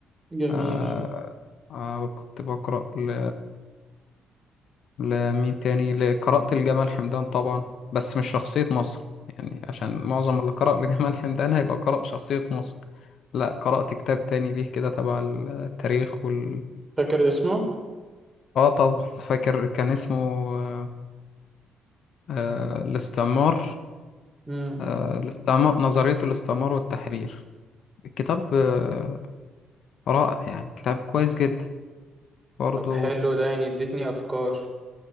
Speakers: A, on the right; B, on the left.
A: جميل
B: آه آه كنت بقرأ ل... لمين تاني ل- قرأت لجمال حمدان طبعا بس مش شخصية مصر يعني عشان معظم اللي قرأ لجمال حمدان هيبقى قرأ شخصية مصر لا قرأت كتاب تاني ليه كده تبع التاريخ وال
A: فاكر اسمه
B: اه طب فاكر كان اسمه آه آه، الاستعمار
A: م.
B: آه، الاستعمار نظرية الاستعمار والتحرير الكتاب آه، رائع يعني كتاب كويس جدا برضو
A: طب حلو ده يعني اديتني افكار